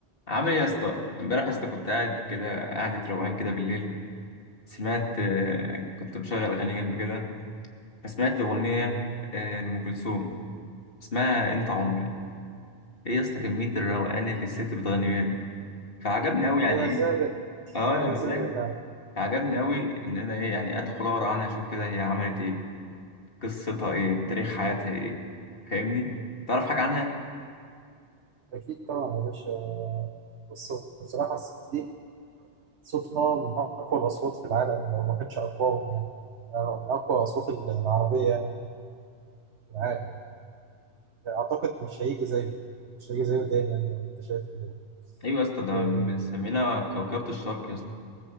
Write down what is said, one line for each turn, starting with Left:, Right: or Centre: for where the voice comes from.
Left: عامل ايه يا اسطى امبارح يا اسطى كنت قاعد كده قعدة روقان كده بالليل سمعت آه، كنت مشغل اغاني جنبي كده فسمعت اغنية آه، لأم كلثوم اسمها انت عمري ايه يا اسطى كمية الروقان اللي الست بتغني بيها دي فعجبني قوي يعني
Right: ده مزاجك
Left: ايه اه
Right: ده
Left: يا مزاجي
Right: مزاجك يعني
Left: فعجبني قوي ان انا ايه يعني ادخل اقرا عنها اشوف كده هي عملت ايه قصتها ايه تاريخ حياتها ايه فاهمني تعرف حاجة عنها
Right: أكيد طبعا يا باشا بص بصراحة الست دي صوتها من أقوى الأصوات في العالم لو ما كانش أقواهم يعني آه، من أقوى الأصوات ال- العربية يعني في العالم أعتقد مش هيجي زيه مش هيجي زيه تاني يعني لو أنت شايف كده يعني
Left: ايوه يا اسطى ده
Right: إيه،
Left: مسمينا كوكبة الشرق يا اسطى